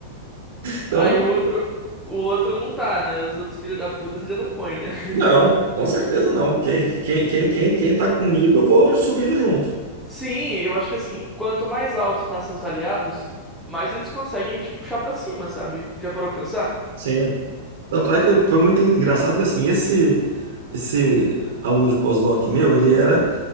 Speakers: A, on the right; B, in the centre.
A: Então,
B: Aí
A: eu-
B: o outro, o outro não tá, né? Os outros filhos da puta você já não põe, né?
A: não,
B: <laughs>
A: com certeza não. Quem, quem, quem, quem, quem tá comigo, eu vou subindo junto.
B: Sim, eu acho que assim, quanto mais alto tá seus aliados, mais eles conseguem te puxar pra cima, sabe? Já parou pra pensar?
A: Sim. Tanto é que foi muito engraçado que assim, esse. Esse aluno de pós-doc meu, ele era